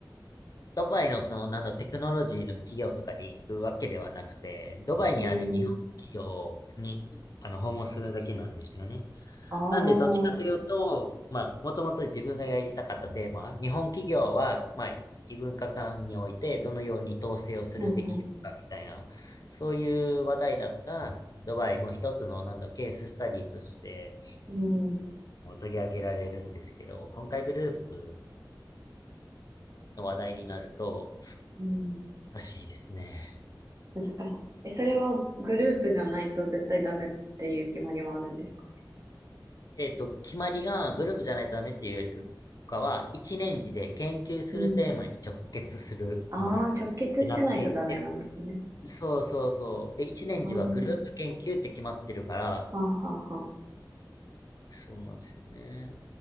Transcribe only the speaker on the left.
ドバイのその、なんだテクノロジーの企業とかに行くわけではなくて、ドバイにある日本企業に、
あの、訪問するだけなんですよね。
なんで、どっちかというと、まあ、もともと自分がやりたかったテーマ、日本企業は、まあ、異文化間においてどのように統制をするべきかみたいな、
そういう話題だったドバイも一つの、なんだケーススタディとして
取り上げられるんですけど、今回グループの話題になると、
難しいですね。
えっと、決まりがグループじゃないとダメっていうよりかは、一年次で研究するテーマに直結するものってなっていて、
そうそうそう。で、一年次はグループ研究って決まってるから、
そうなんですよね。